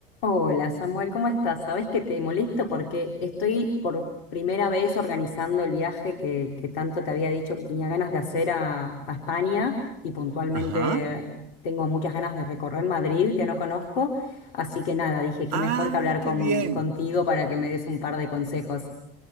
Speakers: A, on the left; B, on the right.
A: Hola Samuel, ¿cómo estás? Sabes que te molesto porque estoy por primera vez organizando el viaje que, que tanto te había dicho que tenía ganas de hacer a, a España y puntualmente
B: Ajá.
A: tengo muchas ganas de recorrer Madrid que no conozco. Así que nada, dije que
B: ¡Ay,
A: mejor que hablar
B: qué
A: con-
B: bien!
A: contigo para que me des un par de consejos.